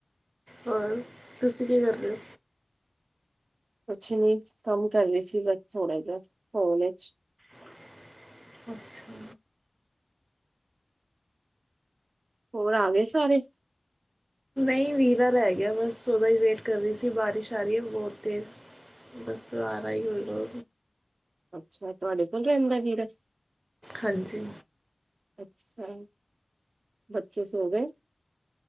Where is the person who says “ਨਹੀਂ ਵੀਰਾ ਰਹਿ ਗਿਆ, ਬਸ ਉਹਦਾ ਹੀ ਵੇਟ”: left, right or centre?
Right